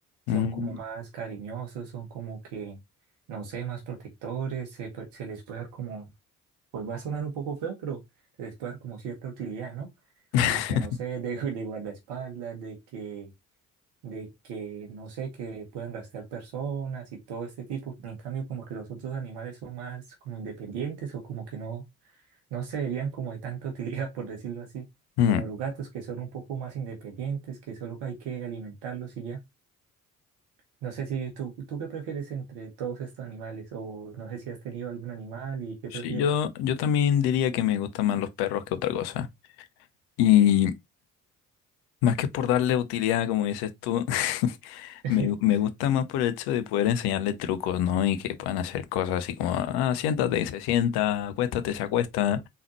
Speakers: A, on the right; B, on the left.
A: Son
B: Mm,
A: como más cariñosos, son como que, no sé, más protectores, se, pu- se les puede dar como, pues va a sonar un poco feo, pero se les puede dar como cierta utilidad, ¿no?
B: <laughs>
A: Como que, no sé, <laughs> de, de guardaespaldas, de que, de que, no sé, que puedan gastar personas y todo este tipo. En cambio, como que los otros animales son más como independientes o como que no no se verían como de tanta utilidad, <laughs> por decirlo así,
B: mm.
A: como los gatos que son un poco más independientes, que solo hay que alimentarlos y ya. No sé si tú, tú qué prefieres entre todos estos animales o no sé si has tenido algún animal y qué
B: Sí,
A: prefieres.
B: yo, yo también diría que me gustan más los perros que otra cosa. Y más que por darle utilidad, como dices tú, <laughs>
A: <laughs>
B: me, me gusta más por el hecho de poder enseñarle trucos, ¿no? Y que puedan hacer cosas así como, ah, siéntate y se sienta, acuéstate, se acuesta.